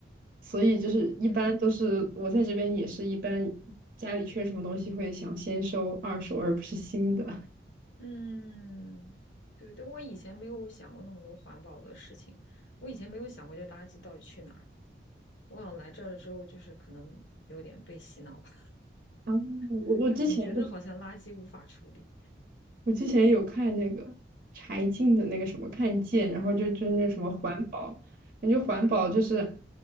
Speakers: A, on the right; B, on the left.
A: 所以就是一般都是我在这边也是一般家里缺什么东西会想先收二手而不是新的。
B: 嗯嗯，对，对，我以前没有想过那么多环保的事情，我以前没有想过这垃圾到底去哪儿。我想来这儿了之后，就是可能有点被洗脑吧，
A: 然后我我之前就是
B: <laughs> 总觉得好像垃圾无法处理。
A: 我之前有看那个柴静的那个什么看见，然后就就是那个什么环保，
B: 哦，
A: 感觉环保就是